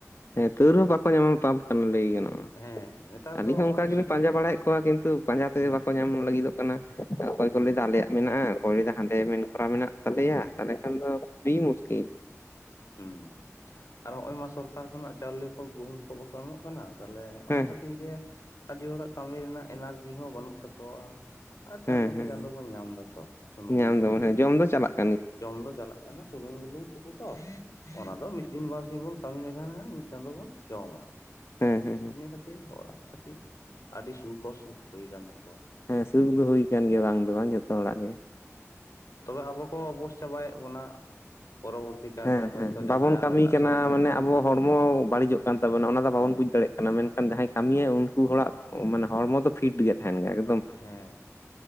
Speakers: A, on the left; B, on the left.
A: ᱦᱮᱸ ᱾ ᱛᱟᱹᱣ ᱨᱮ ᱦᱚᱸ ᱵᱟᱠᱚ ᱧᱟᱢᱟ ᱯᱟᱢᱯ ᱠᱟᱱᱟ ᱞᱟᱹᱭ ᱜᱟᱱᱚᱜᱼᱟ ᱾
B: ᱦᱮᱸ
A: ᱚ
B: ᱦᱮᱸ ᱱᱮᱛᱟᱨ
A: ᱟᱹᱞᱤᱧ
B: ᱫᱚ ᱱᱚᱜᱼᱚᱭ
A: ᱦᱚᱸ ᱚᱱᱠᱟ ᱜᱮ ᱞᱤᱧ ᱯᱟᱸᱡᱟ ᱵᱟᱲᱟᱭᱮᱫ ᱠᱚᱣᱟ ᱠᱤᱱᱛᱩ ᱯᱟᱸᱡᱟ ᱛᱮ
B: ᱦᱮᱸ
A: ᱜᱮ ᱵᱟᱠᱚ ᱧᱟᱢ ᱞᱟᱹᱜᱤᱫᱚᱜ ᱾ ᱚᱠᱚᱭ
B: ᱦᱩᱸ
A: ᱠᱚᱭ ᱞᱟᱹᱭᱟ ᱟᱞᱮᱭᱟᱜ ᱢᱮᱱᱟᱜᱼᱟ ᱚᱠᱚᱭ ᱠᱚ ᱞᱟᱹᱭᱟ ᱦᱟᱸᱰᱮ ᱢᱮᱱ ᱠᱚᱨᱟ ᱢᱮᱱᱟᱜ ᱾ ᱛᱟᱞᱮᱭᱟ
B: ᱦᱩᱸ
A: ᱾ ᱛᱟᱦᱚᱞᱮ ᱠᱷᱟᱱ ᱫᱚ ᱠᱷᱩᱵᱤ ᱢᱩᱥᱠᱤᱞ ᱾
B: ᱦᱮᱸ ᱟᱨ ᱱᱚᱜᱼᱚᱭ ᱢᱟ ᱥᱚᱨᱠᱟᱨ ᱠᱷᱚᱱᱟᱜ ᱪᱟᱣᱞᱮ ᱠᱚ ᱜᱩᱦᱩᱢ ᱠᱚ ᱠᱚ ᱵᱟᱠᱚ ᱮᱢᱚᱜ ᱠᱟᱱᱟ ᱛᱟᱦᱞᱮ ᱚᱱᱟ
A: ᱦᱮᱸ
B: ᱠᱷᱟᱹᱛᱤᱨ ᱜᱮ ᱟᱹᱰᱤ ᱦᱚᱲᱟᱜ ᱠᱟᱹᱢᱤ ᱨᱮᱱᱟᱜ ᱮᱱᱟᱨᱡᱤ ᱦᱚᱸ ᱵᱟᱹᱱᱩᱜ ᱛᱟᱠᱚᱣᱟ ᱾ ᱟᱨ ᱪᱟᱸᱫᱚ
A: ᱦᱮᱸ
B: ᱠᱚ
A: ᱦᱮᱸ
B: ᱪᱟᱸᱫᱚ ᱵᱚᱱ ᱧᱟᱢ ᱮᱫᱟ ᱛᱚ ᱥᱩᱱᱩᱢ
A: ᱧᱟᱢ
B: ᱵᱩᱞᱩᱝ
A: ᱫᱟᱵᱚᱱ
B: ᱾
A: ᱡᱚᱢ ᱫᱚ ᱪᱟᱞᱟᱜ ᱠᱟᱱᱟ ᱾
B: ᱡᱚᱢ ᱫᱚ ᱪᱟᱞᱟᱜ ᱠᱟᱱᱟ ᱥᱩᱞᱩᱝ ᱵᱩᱞᱩᱝ ᱴᱩᱠᱩ ᱛᱚ᱾ ᱚᱱᱟ ᱫᱚ ᱢᱤᱫ ᱫᱤᱱ ᱵᱟᱨᱥᱤᱧ ᱵᱚᱱ ᱠᱟᱹᱢᱤ ᱞᱮᱠᱷᱟᱱ ᱢᱤᱫ ᱪᱟᱸᱫᱚ ᱵᱚᱱ ᱡᱚᱢᱟ ᱾
A: ᱦᱮᱸ ᱦᱮᱸ ᱾
B: ᱠᱷᱟᱹᱛᱤᱨ ᱦᱚᱲᱟᱜ ᱠᱟᱹᱴᱤᱡ ᱟᱹᱰᱤ ᱥᱩᱠ ᱚᱥᱩᱠ ᱦᱩᱭ ᱟᱠᱟᱱ ᱛᱟᱠᱚᱣᱟ ᱾
A: ᱦᱮᱸ ᱾ ᱥᱩᱠ ᱫᱚ ᱦᱩᱭ ᱠᱟᱱ ᱜᱮᱭᱟ ᱵᱟᱝ ᱫᱚ ᱵᱟᱝ ᱡᱷᱚᱛᱚ ᱦᱚᱲᱟᱜ ᱜᱮ ᱾
B: ᱛᱚᱵᱮ ᱟᱵᱚ ᱠᱚ ᱚᱵᱚᱥ ᱪᱟᱵᱟᱭᱮᱫ ᱵᱚᱱᱟ ᱾ ᱯᱚᱨᱚᱵᱚᱨᱛᱤ ᱠᱟᱞ
A: ᱦᱮᱸ
B: ᱨᱮ ᱦᱚᱭᱛᱳ
A: ᱦᱮᱸ
B: ᱡᱟᱦᱟᱸᱭ
A: ᱵᱟᱵᱚᱱ
B: ᱟᱨᱚ
A: ᱠᱟᱹᱢᱤ
B: ᱮᱴᱟᱜ
A: ᱠᱟᱱᱟ
B: ᱥᱚᱨᱠᱟᱨ
A: ᱢᱟᱱᱮ ᱟᱵᱚ ᱦᱚᱲᱢᱚ ᱵᱟᱹᱲᱤᱡᱚᱜ ᱠᱟᱱ ᱛᱟᱵᱚᱱᱟ ᱚᱱᱟ ᱫᱚ
B: ᱦᱮᱸ
A: ᱵᱟᱵᱚᱱ ᱵᱩᱡ ᱫᱟᱲᱮᱭᱟᱜ ᱠᱟᱱᱟ ᱾ ᱠᱟᱱᱟ ᱢᱮᱱᱠᱷᱟᱱ ᱡᱟᱦᱟᱸᱭ ᱠᱟᱹᱢᱤᱭᱟᱭ ᱩᱱᱠᱩ ᱦᱚᱲᱟᱜ ᱢᱟᱱᱮ ᱦᱚᱲᱢᱚ ᱫᱚ ᱯᱷᱤᱴ ᱜᱮ ᱛᱟᱦᱮᱱ ᱜᱮᱭᱟᱭ ᱠᱤ
B: ᱦᱮᱸ